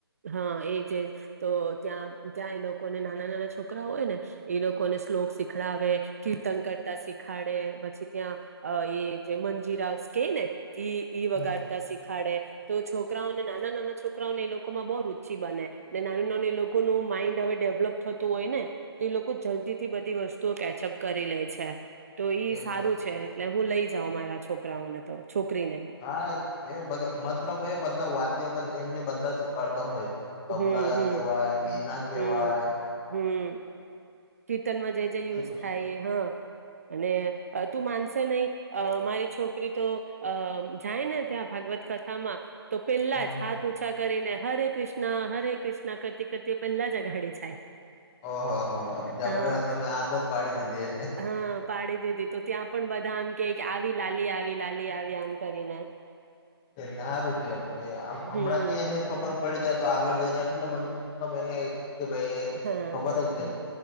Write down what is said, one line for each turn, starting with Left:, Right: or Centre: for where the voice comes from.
Right: હા એ જે તો ત્યાં ત્યાં એ લોકોને નાના નાના છોકરા હોય ને એ લોકોને શ્લોક શીખડાવે કીર્તન કરતા શીખાડે પછી ત્યાં અ એ જે મંજીરાસ કે ને ઇ વગાડતા
Left: હમ
Right: શીખાડે. તો છોકરાઓને નાના નાના છોકરાઓને એ લોકો લોકોમાં બહુ રુચિ બને ને નાનું નાનું એ લોકોનું માઈન્ડ હવે ડેવલપ થતું હોય ને તો એ લોકો જલ્દી થી બધી વસ્તુઓ કેચઅપ કરી લે છે. તો ઈ
Left: એટલે
Right: સારું છે એટલે હું લઈ જાઉ મારા છોકરાઓને તો છોકરીને
Left: હા એ બધુ મતલબ હોય એ બધા વા અમને એમને બધા જ શીખવાડતા હોય. તબલા
Right: હમ હમ
Left: કેહવાય વીના કેહવાય.
Right: હમ હમ કીર્તનમાં જે જે યુઝ
Left: પછી
Right: થાય એ હા. અને અ તું માનશે નહી અ મારી છોકરી તો અ જાય ને ત્યાં ભાગવત કથામાં તો પેહલા
Left: હા
Right: જ
Left: હા
Right: હાથ ઉંચા કરીને હરે કૃષ્ણ હરે કૃષ્ણ કરતી કરતી પહેલા જ આઘાડી જાય.
Left: ઓહો. હ જબરે
Right: હા
Left: તમે આદત પાડી દીધી એને.
Right: હા પાડી દીધી તો ત્યાં પણ બધા આમ કે આવી લાલી આવી લાલી આવી આમ કરીને
Left: એને હારું છે હવે પછી આમ
Right: હમ
Left: હમણાંથી એને ખબર પડી જાય તો આગળ જઈને એટલે મતલબ એને કે ભાઈ
Right: હા
Left: ખબર જ